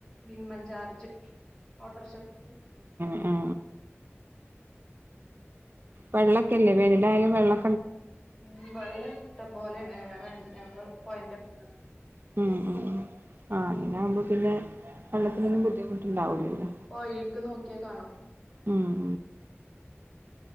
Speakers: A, on the left; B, on the right.
A: മിനിമം ചാർജ് ഓട്ടോറിക്ഷക്ക്.
B: ആ ആ. വെള്ളൊ ഒക്കെയില്ലേ വേനലായാലും വെള്ളൊ
A: മ്മ് വെള്ളം ഇഷ്ടംപോലേണ് ഏറേണ് ഞങ്ങൾ പൊഴേന്റെ. <unintelligible>
B: മ്മ് മ്മ് മ് ആ അങ്ങനാവുമ്പോ പിന്നെ. വെള്ളത്തിനൊന്നും
A: ഉം
B: ബുദ്ധിമുട്ട് ഉണ്ടാവൂലല്ലോ
A: പൊഴേക്ക് നോക്കിയാ കാണും
B: മ്മ്.